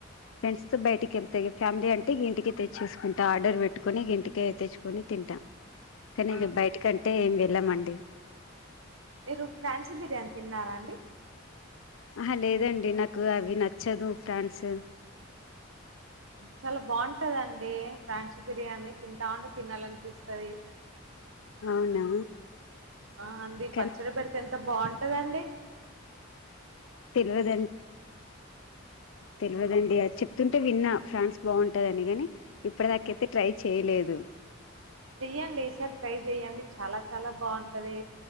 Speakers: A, on the left; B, on the right.
A: ఫ్రెండ్స్ తో బయటికి వెళ్తే ఇక ఫ్యామిలీ అంటే ఇక ఇంటికే తెచ్చేసుకుంటా ఆర్డర్ పెట్టుకొని ఇంటికే తెచ్చుకొని తింటా. కానీ
B: ఆ!
A: ఇక బయట కంటే ఏం ఎలమండి
B: మీరు ఫ్రాన్సీ బిర్యానీ తిన్నారా అండి
A: ఆహ లేదండి నాకు అవి నచ్చదు ఫ్రాన్స్
B: చాలా బాగుంటదండి ఫ్రాన్స్ బిర్యానీ తింటా ఉంటే తినాలనిపిస్తది
A: అవునా
B: ఆ అంది
A: కానీ
B: పచ్చడి పెడితే ఎంత బాగుంట కదండి
A: తెరువదని తెలవదండి అది చెప్తుంటే విన్నా ఫ్రాన్స్ బాగుంటదని కాని ఇప్పటి దాక అయితే ట్రై చేయలేదు.
B: చెయ్యండి ఈసారి ట్రై చెయ్యండి చాలా చాలా బాగుంటది